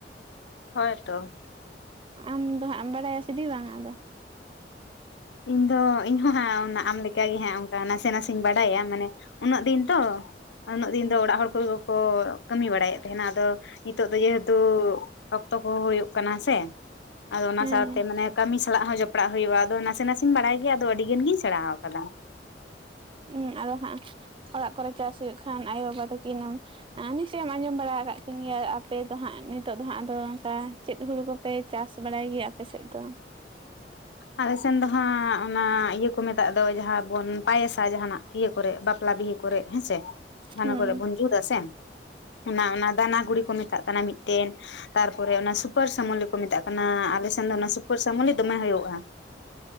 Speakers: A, on the left; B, on the right.
A: ᱦᱳᱭ ᱛᱚ
B: ᱟᱢᱫᱚ ᱦᱟᱸᱜ ᱮᱢ ᱵᱟᱲᱟᱭᱟ ᱥᱤᱫᱤ ᱵᱟᱝ ᱟᱫᱚ?
A: ᱤᱧ ᱫᱚ ᱤᱧ ᱦᱟ ᱟᱢ ᱞᱮᱠᱟ ᱜᱮ ᱦᱜ ᱚᱱᱠᱟ ᱱᱟᱥᱮ ᱱᱟᱥᱮᱧ ᱵᱟᱰᱟᱭᱟ ᱢᱟᱱᱮ ᱩᱱᱟᱹᱜ ᱫᱤᱱ ᱛᱚ ᱩᱱᱟᱹᱜ ᱫᱤᱱ ᱫᱚ ᱚᱲᱟᱜ ᱦᱚᱲ ᱠᱚᱦᱚ ᱠᱚ ᱠᱟᱹᱢᱤ ᱵᱟᱲᱟᱭᱮᱫ ᱛᱟᱦᱮᱱᱟ ᱟᱫᱚ ᱱᱤᱛᱚᱜ ᱫᱚ ᱡᱮᱦᱮᱛᱩ ᱚᱠᱛᱚ ᱠᱚᱦᱚ ᱦᱩᱭᱩᱜ ᱠᱟᱱᱟ ᱥᱮ, ᱟᱫᱚ ᱚᱱᱟ
B: ᱦᱮᱸ
A: ᱥᱟᱶᱛᱮ ᱢᱟᱱᱮ ᱠᱟᱹᱢᱤ ᱥᱟᱞᱟᱜ ᱦᱚᱸ ᱡᱚᱯᱲᱟᱜ ᱦᱩᱭᱩᱜᱼᱟ ᱟᱫᱚ ᱱᱟᱥᱮ ᱱᱟᱥᱮᱧ ᱵᱟᱲᱟᱭ ᱜᱮᱭᱟ ᱟᱫᱚ ᱟᱹᱰᱤ ᱜᱟᱱᱜᱤᱧ ᱥᱮᱬᱟ ᱟᱠᱟᱫᱟ᱾
B: ᱤᱧ ᱟᱫᱚ ᱦᱟᱸᱜ ᱚᱲᱟᱜ ᱠᱚᱨᱮ ᱪᱟᱥ ᱦᱩᱭᱩᱜ ᱠᱷᱟᱱ ᱟᱭᱳ ᱵᱟᱵᱟ ᱛᱟᱹᱠᱤᱱ ᱮᱢ ᱟ ᱱᱤᱥᱪᱚᱭ ᱮᱢ ᱟᱸᱡᱚᱢ ᱵᱟᱲᱟ ᱟᱠᱟᱫ ᱠᱤᱱ ᱜᱮᱭᱟ ᱟᱯᱮ ᱫᱚ ᱦᱟᱸᱜ ᱱᱤᱛᱚᱜ ᱫᱚ ᱦᱟᱸᱜ ᱟᱫᱚ ᱚᱱᱠᱟ ᱪᱮᱫ ᱦᱩᱲᱩ ᱠᱚᱯᱮ ᱪᱟᱥ ᱵᱟᱲᱟᱭ ᱜᱮᱭᱟ ᱟᱯᱮᱥᱮᱫ ᱫᱚ?
A: ᱟᱞᱮ ᱥᱮᱱ ᱫᱚ ᱦᱟᱸᱜ ᱚᱱᱟ ᱤᱭᱟᱹ ᱠᱚ ᱠᱚ ᱢᱮᱛᱟᱜ ᱫᱚ ᱡᱟᱦᱟᱸ ᱵᱚᱱ ᱯᱟᱭᱮᱥᱟ, ᱡᱟᱦᱱᱟᱜ ᱤᱭᱟᱹ ᱠᱚᱨᱮ ᱵᱟᱯᱞᱟ ᱵᱤᱦᱟᱹ ᱠᱚᱨᱮ ᱦᱮ ᱥᱮ ᱦᱟᱱᱟ
B: ᱦᱩᱸ
A: ᱠᱚᱨᱮᱜ ᱵᱚᱱ ᱡᱩᱛᱟ ᱥᱮ ᱚᱱᱟ ᱚᱱᱟ ᱫᱟᱱᱟ ᱜᱩᱲᱤ ᱠᱚ ᱢᱮᱛᱟᱜ ᱠᱟᱱᱟ ᱢᱤᱫᱴᱮᱱ᱾ ᱛᱟᱨᱯᱚᱨᱮ ᱚᱱᱟ ᱥᱩᱯᱟᱹᱨ ᱥᱟᱹᱢᱚᱞᱤ ᱠᱚ ᱢᱮᱛᱟᱜ ᱠᱟᱱᱟ ᱟᱞᱮᱥᱱ ᱫᱚ ᱚᱱᱟ ᱥᱩᱯᱟᱹᱨ ᱥᱟᱹᱢᱚᱞᱤ ᱫᱚᱢᱮ ᱦᱩᱭᱩᱜ᱾